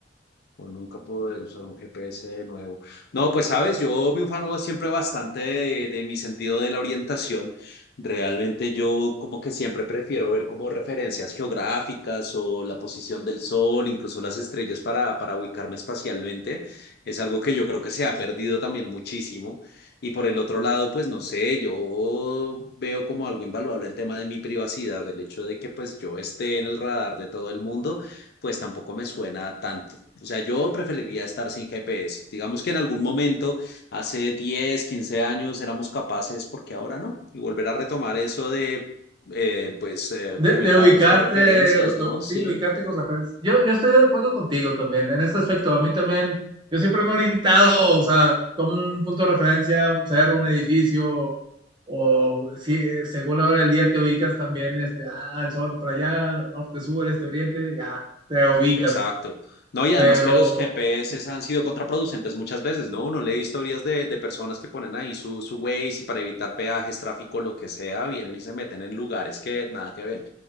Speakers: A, on the left; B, on the right.
A: O nunca poder usar un GPS de nuevo. No, pues sabes, yo me ufano siempre bastante de, de mi sentido de la orientación. Realmente yo como que siempre prefiero ver como referencias geográficas o la posición del sol, incluso las estrellas para, para ubicarme espacialmente. Es algo que yo creo que se ha perdido también muchísimo. Y por el otro lado, pues no sé, yo veo como algo invaluable el tema de mi privacidad, el hecho de que pues yo esté en el radar de todo el mundo pues tampoco me suena tan o sea, yo preferiría estar sin GPS. Digamos que en algún momento, hace 10, 15 años, éramos capaces, porque ahora no? Y volver a retomar eso de, eh, pues, eh,
B: De,
A: ubicarnos
B: de ubicarte,
A: por referencias,
B: u- u-
A: ¿no? Sí.
B: sí, ubicarte con referencia. Yo, yo estoy de acuerdo contigo también en este aspecto. A mí también, yo siempre me he orientado, o sea, como un punto de referencia, un cerro, un edificio, o si eh, según la hora del día te ubicas también, este, ah, el sol para allá, norte, sur, este, oriente, ya, te ubicas.
A: Exacto. No, y
B: Pero
A: además que los GPS han sido contraproducentes muchas veces, ¿no? Uno lee historias de, de personas que ponen ahí su, su Waze y para evitar peajes, tráfico, lo que sea, vienen y se meten en lugares que nada que ver.